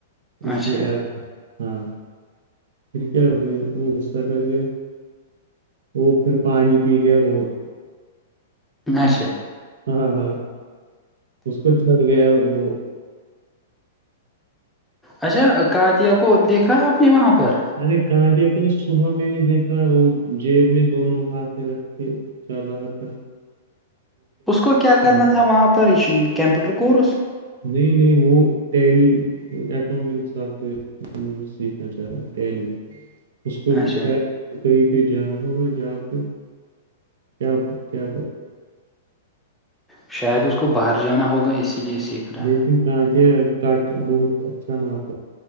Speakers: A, on the right; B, in the centre.
A: اس
B: اچھا
A: میں آ ہاں پھر کیا غصہ کر کے وہ پھر پانی پی گیا بہت
B: اچھا
A: ہاں ہاں اس کو چڑ گیا وہ
B: اچھا کاتیا کو دیکھا آپ نے وہاں پر
A: ارے کاندیا کو تو صبح میں نے دیکھا وہ جیب میں دونوں ہاتھ رکھے چلو تو
B: اس کو کیا کرنا
A: ہے
B: تھا وہاں پر کمپیوٹر کورس
A: نئی نئی وہ ٹیلی اکؤٹنگ سافٹوئر سیککھنا چاہر تیلی اسشم
B: اچھا
A: سر تو کہیں پہ جانا ہوگا جا پہ کیا کیا
B: شاید اس کو باہر جانا ہوگا اسی لیے سیکھ رہا
A: بی
B: ہے
A: چ کاناں ت کٹ بہت اچھان وپ